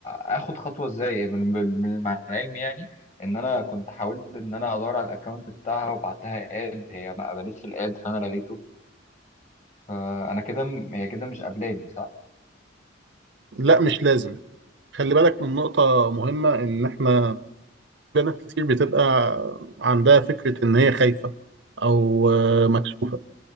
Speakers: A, on the left (about 35°); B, on the right (about 60°).
A: اخد خطوة ازاي من من من- مع العلم يعني ان انا كنت حاولت ان انا ادور على الاكونت بتاعها وبعت لها اد هي ما قبلتش الاد فانا لغيته فانا كده م- هي كده مش قابلاني صح
B: لا مش لازم خلي بالك من نقطة مهمة ان احنا بنات كتير بتبقى عندها فكرة إن هي خايفة أو آه، مكسوفة